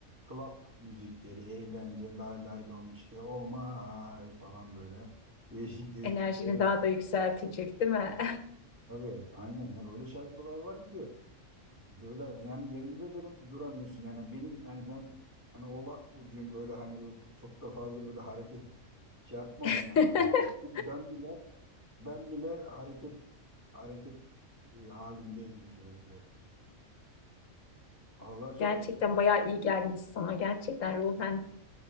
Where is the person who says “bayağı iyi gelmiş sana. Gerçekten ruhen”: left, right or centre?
Left